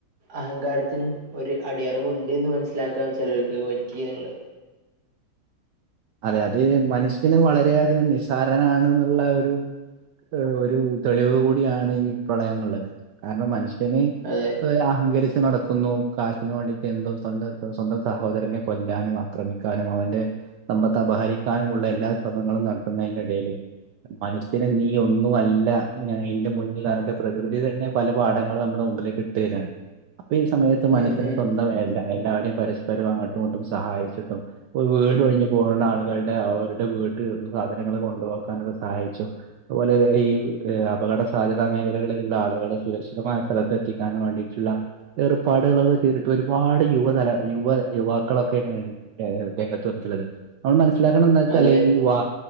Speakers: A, on the right; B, on the right.
A: അഹങ്കാരത്തിനും ഒരു അടിയറവുണ്ട് എന്ന് മനസ്സിലാക്കാൻ ചിലർക്ക് പറ്റിയതുണ്ട്
B: അതെ അത് മനുഷ്യന് വളരെയധികം നിസാരനണെന്നുള്ള ഒരു ഒരു തെളിവ് കൂടിയാണ് ഇനി പ്രളയന്നുള്ളത് കാരണം മനുഷ്യ ഇപ്പോ
A: അതെ
B: അഹങ്കരിച്ച് നട കൊന്നു കാശിന് വേണ്ടിയിട്ട് എന്തോ സ്വന്ത സ്വന്തം സഹോദരനെ കൊല്ലാനും ആക്രമിക്കാനും അവന്റെ സമ്പത്ത് അപഹരിക്കാനുമുള്ള എല്ലാ ശ്രമങ്ങളും നടത്തുന്നതിന്റെ ഇടയില് മനുഷ്യന് നീ ഒന്നുമല്ല അവന്റെ മുന്നിൽ പ്രകൃതി തന്നെ പല പാഠങ്ങൾ നമ്മുടെ മുമ്പിലേക്ക് രാണ് അപ്പൊ ഈ സമയത്ത് മനുഷ്യന്
A: ഉം ഉം
B: സ്വന്തം വേണ്ട എല്ലാവരെയും പരസ്പരം അങ്ങോട്ടും ഇങ്ങോട്ടും സഹായിച്ചിട്ടും വീട് ഒഴിഞ്ഞ് പോകുന്ന ആളുകളുടെ അവരുടെ വീട്ടിൽ സാധനങ്ങള് കൊണ്ടുവെക്കാൻ അത് സഹായിച്ചു. അതുപോലെ ഈ അപകട സാധ്യതാ മേഖലകളിലുള്ള ആളുകളെ സുരക്ഷിതമായ സ്ഥലത്തെ എത്തിക്കാൻ വേണ്ടിയിട്ടുള്ള ഏർപ്പാടുകളൊക്കെ ചെയ്തിട്ട് ഒരുപാട് യുവതല യുവ യുവാക്കളൊക്കെ തന്ന ഏത് രംഗത്ത് വന്നിട്ടുള്ളത് നമ്മൾ മനസ്സിലാക്കണം എന്താ വെച്ചാല്
A: അതെ
B: ഈ വാ